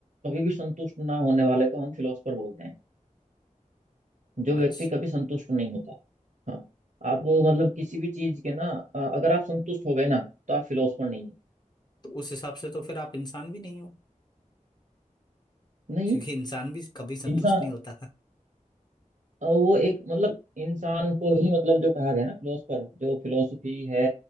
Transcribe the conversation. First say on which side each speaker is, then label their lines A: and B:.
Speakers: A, on the right (about 65°); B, on the left (about 30°).
A: कभी भी संतुष्ट ना होने वाले को हम फिलोसफर बोलते हैं जो
B: अच्छा
A: व्यक्ति कभी संतुष्ट नहीं होता हाँ आप वो मतलब किसी भी चीज के ना अ, अगर आप संतुष्ट हो गए ना तो आप फिलोसफर नहीं है
B: तो उस हिसाब से तो फिर आप इंसान भी नहीं हो
A: नहीं
B: क्योंकि इंसान भी कभी संतुष्ट
A: इंसान
B: नहीं होता <laughs>
A: अ, वो एक मतलब इंसान को ही मतलब जो कहा गया ना फिलोसफर जो फिलोसफी है